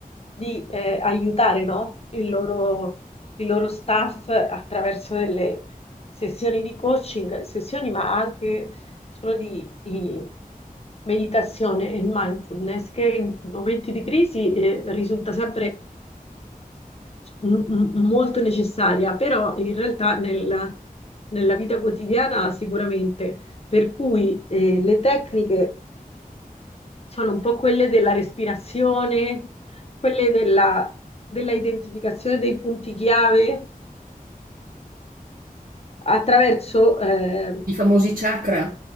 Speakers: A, on the left (about 40°); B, on the right (about 75°).
A: di eh, aiutare, no? Il loro, il loro staff attraverso delle sessioni di coaching, sessioni ma anche solo di, di meditazione e mindfulness, che in momenti di crisi eh, risulta sempre m- m- molto necessaria, però in realtà nella, nella vita quotidiana sicuramente. Per cui eh, le tecniche sono un po' quelle della respirazione, quelle della, della identificazione dei punti chiave attraverso... eh,
B: I famosi chakra.